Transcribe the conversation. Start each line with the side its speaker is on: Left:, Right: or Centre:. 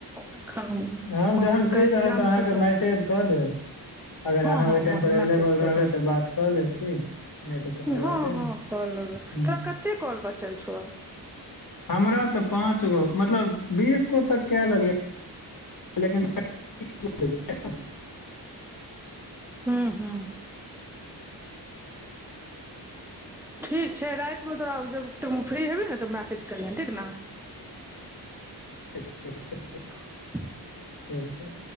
Centre: एखन
Left: हम जहन
Centre: काल्हि
Left: फ्री रहब
Centre: एग्जाम
Left: तऽ अहाँ
Centre: छौ
Left: केँ मैसेज कऽ देब अगर अहाँ
Centre: हँ हँ
Left: ओहि टाइम पर अवेलेबल
Centre: मैसेज कऽ
Left: रहबै
Centre: देब
Left: तऽ बात कऽ लेब की नहि तऽ कोनो बाते
Centre: हँ हँ कऽ लेबै
Left: नहि
Centre: तोरा कते कॉल बचल छौ
Left: हमरा ते पांच गो मतलब बीस गो तक केँ लेलियए लेकिन <unintelligible>
Centre: हू हू ठीक छै रातिमे तोरा जब तो फ्री हेबही ने तऽ मैसेज करिहऽ ठीक ने
Left: <inaudible>
Centre: <unintelligible>
Left: ठीक छै